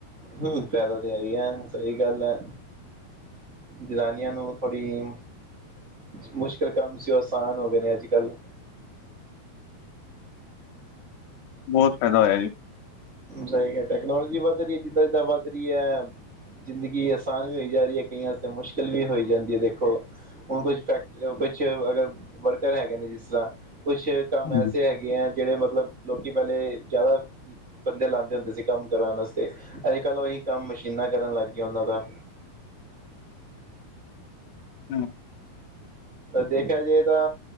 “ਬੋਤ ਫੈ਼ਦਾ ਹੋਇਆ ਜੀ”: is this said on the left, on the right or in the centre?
Left